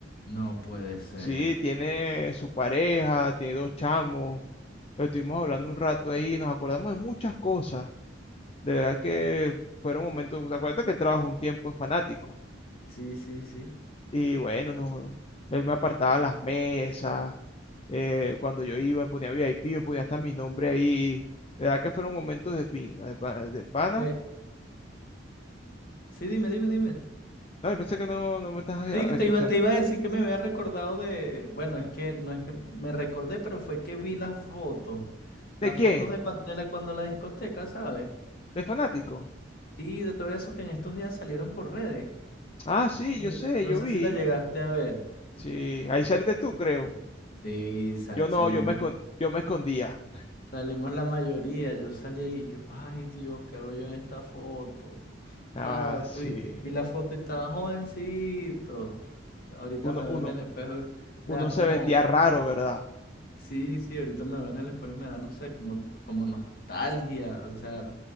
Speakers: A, on the left; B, on the left.
A: No puede ser.
B: Sí, tiene su pareja, tiene dos chamos. Lo Estuvimos hablando un rato ahí, nos acordamos de muchas cosas. De verdad que fueron momentos, ¿te acuerdas que él trabajó un tiempo en Fanático?
A: Sí, sí, sí.
B: Y bueno, nos- él me apartaba las mesas, eh, cuando yo iba me ponía VIP, me ponía hasta mi nombre ahí. De verdad que fueron momentos de pinga, de pana. De pana.
A: Eh, sí, dime, dime, dime.
B: No, yo pensé que no, no me estás eh,
A: Sí, que te
B: escuchando.
A: iba, te iba a decir que me había recordado de, bueno, es que no es que me recordé, pero fue que vi las fotos,
B: ¿De
A: las
B: quién?
A: fotos de cuando, de la, cuando la discoteca, ¿sabes?
B: ¿De Fanático?
A: Sí, de todo eso que en estos días salieron por redes.
B: Ah, sí,
A: No
B: yo
A: sé,
B: sé,
A: no
B: yo
A: sé
B: vi.
A: si la llegaste a ver.
B: Sí, ahí saliste tú, creo.
A: Sí, sa-
B: Yo no,
A: salimos,
B: yo me, escon- yo me escondía.
A: salimos la mayoría, yo salí ahí y yo, ay Dios, ¿qué hago yo en esta foto?
B: Ah,
A: Nada,
B: sí.
A: vi, vi la foto y estaba jovencito. Ahorita
B: Uno,
A: me veo
B: uno,
A: en el espejo y me
B: uno
A: da como,
B: se vestía raro, ¿verdad?
A: Sí, sí, ahorita me ven, el después me da, no sé, como, como nostalgia, o sea,